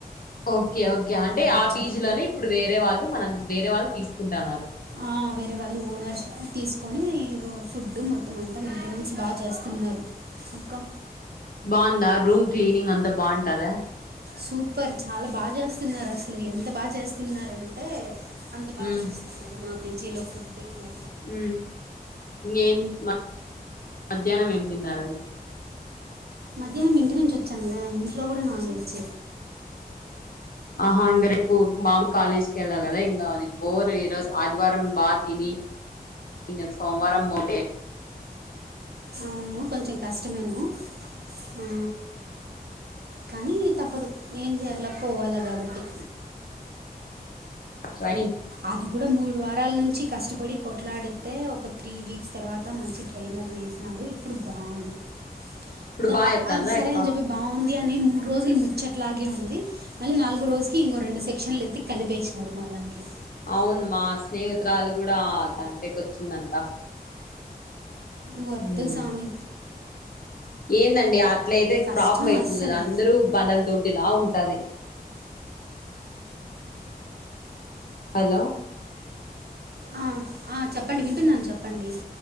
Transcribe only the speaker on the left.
ఓకే ఓకే అంటే
ఆ పీ జీ లోనే ఇప్పుడు వేరే వాళ్ళు మనం వేరే వాళ్ళు తీసుకుంటాన్నారు
బావుందా రూమ్ క్లీనింగ్ అంతా బావుంటాదా
ఉమ్.
ఊ ఏం మ మధ్యానం ఏం తిన్నారండి
ఆహా ఇంగ రేపు మామూ కాలేజ్ కి ఎళ్ళాలి కదా ఇంకా అది బోర్ ఈ రోజు ఆదివారం బా తిని ఇంగ సోమవారం పో <unintelligible> అంటే
రాయనీ
ఇప్పుడు
బా
చెప్తాన్రా
యప్ప
అవును మా స్నేహితురాలు కూడా దంటేకి వచ్చిందంట
మ్
ఏందండి అట్లయితే
ప్రాబ్లమ్ అవుతుంది
కదా అందరూ బనల దొడ్డిలా ఉంటది హలో